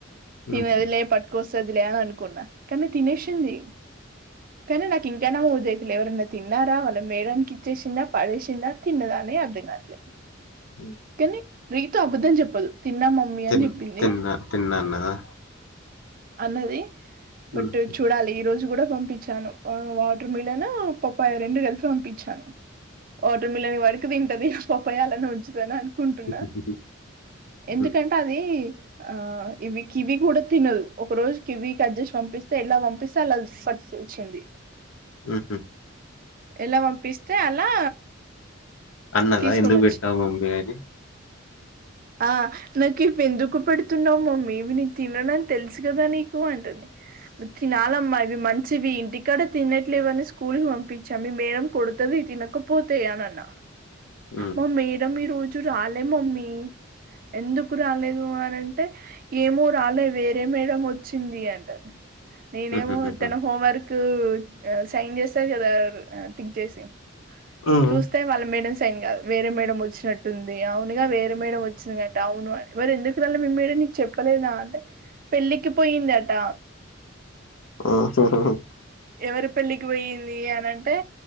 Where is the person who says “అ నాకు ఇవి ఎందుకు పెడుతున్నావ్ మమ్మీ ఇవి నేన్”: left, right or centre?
Right